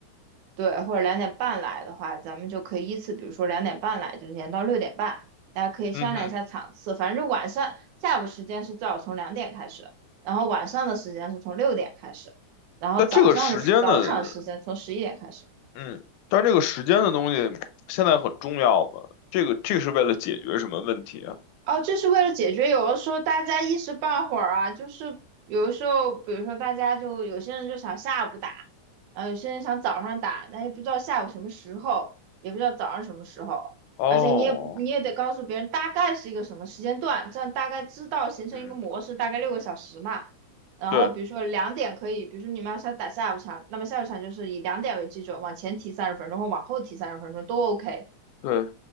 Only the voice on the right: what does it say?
对，或者两点半来的话，咱们就可以依次，比如说两点半来，就延到六点半，大家可以商量一下场次。
反正就晚上下午时间是最好从两点开始，然后晚上的时间是从六点开始，然后早上的早场时间从十一点开始。
哦，这是为了解决，有的时候大家一时半会儿啊，就是有的时候，比如说大家就有些人就想下午打，然后有些人想早上打，但也不知道下午什么时候，也不知道早上什么时候，
而且你也你也得告诉别人大概是一个什么时间段，这样大概知道形成一个模式，
大概六个小时嘛。然后比如说两点可以，
比如说你们要想打下午场，那么下午场就是以两点为基准，往前提三十分钟或往后提三十分钟都 OK。